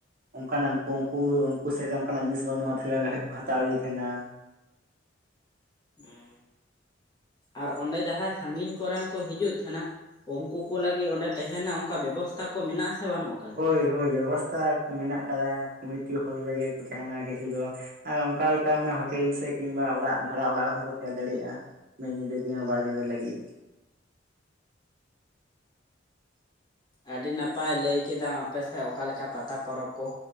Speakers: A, on the right; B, on the left.
A: ᱚᱱᱠᱟᱱᱟᱜ ᱩᱱ ᱩᱱᱠᱩ ᱩᱱᱠᱩ ᱥᱮᱫ ᱨᱮ ᱚᱱᱠᱟᱱᱟᱜ ᱡᱤᱱᱤᱥ ᱵᱟᱹᱱᱩᱜᱼᱟ ᱛᱟᱦᱚᱞᱮ ᱨᱮᱰᱮᱫ ᱠᱚ ᱦᱟᱛᱟᱣ ᱤᱫᱤ ᱛᱟᱦᱮᱱᱟ
B: ᱮᱸᱜ ᱟᱨ ᱚᱸᱰᱮ ᱡᱟᱸᱦᱟᱭ ᱥᱟᱺᱜᱤᱧ ᱠᱚᱨᱮᱱ ᱠᱚ ᱦᱤᱡᱩᱜ ᱛᱟᱸᱦᱮᱱᱟ ᱩᱱᱠᱩ ᱠᱚ ᱞᱟᱹᱜᱤᱫ ᱚᱸᱰᱮ ᱛᱟᱦᱮᱱᱟ ᱚᱱᱠᱟ ᱵᱮᱵᱚᱥᱛᱟ ᱠᱚ ᱢᱮᱱᱟᱜᱥᱮ ᱵᱟᱹᱱᱩᱜ-ᱟ?
A: ᱦᱳᱭ ᱦᱳᱭ ᱵᱮᱵᱚᱥᱛᱟ ᱠᱚ ᱢᱮᱱᱟᱜ ᱟᱠᱟᱫᱟ ᱠᱚᱢᱤᱴᱤ ᱦᱚᱞ ᱨᱮᱜᱮ ᱠᱚ ᱛᱟᱦᱮᱱᱟ ᱠᱤᱪᱷᱩ ᱫᱚ, ᱟᱨ ᱚᱱᱠᱟ ᱞᱮᱠᱟ ᱢᱟᱱᱮ ᱦᱳᱴᱮᱞ ᱥᱮ ᱠᱤᱝᱵᱟ ᱚᱲᱟᱜ ᱵᱷᱟᱲᱟ ᱚᱲᱟᱜ ᱨᱮᱦᱚᱸᱠᱚ ᱛᱟᱦᱮᱸ ᱫᱟᱲᱮᱜᱼᱟ ᱾ ᱢᱤᱫ ᱧᱤᱫᱟᱹ ᱠᱤ ᱵᱟᱨ ᱧᱤᱫᱟᱹ ᱞᱟᱹᱜᱤᱫ, <inaudible>
B: ᱟᱹᱰᱤ ᱱᱟᱯᱟᱭ ᱞᱟᱹᱭ ᱠᱮᱫᱟᱢ ᱟᱯᱮᱥᱮᱫ ᱚᱠᱟᱞᱮᱠᱟ ᱯᱟᱛᱟ ᱯᱚᱨᱚᱵᱽ ᱠᱚ